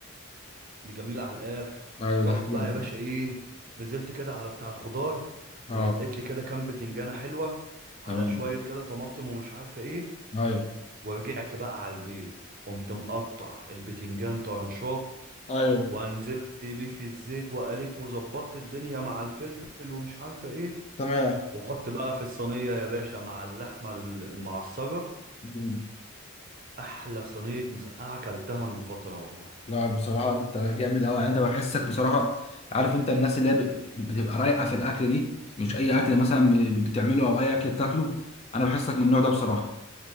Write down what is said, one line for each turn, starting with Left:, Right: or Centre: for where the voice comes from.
Right: دي جميلة على الآخر
Left: ايوه
Right: رحت
Left: دي حبيبي
Right: بقى يا باشا إيه نزلت كده على بتاع الخضار
Left: اه
Right: ونقيت لي كده كام بتنجانة حلوة على
Left: تمام
Right: شوية كده طماطم ومش عارفة إيه
Left: ايوه
Right: ورجعت بقى على البيت قمت مقطع البتنجان طرنشات
Left: ايوه
Right: ونزلت بيه في الزيت وقليت وظبطت الدنيا مع الفلفل ومش عارفة إيه
Left: تمام
Right: وحط بقى في الصينية يا باشا مع اللحمة المعصجة
Left: مم.
Right: أحلى صينية مسقعة أكلتها من فترة والله
Left: لا بصراحة انت جامد قوي يعني انت بحسك بصراحة عارف انت الناس اللي هي ب- بتبقى رايقة في الاكل دي مش اي اكل مثلا ب- بتعمله او اي اكل بتاكله انا بحسك من النوع ده بصراحة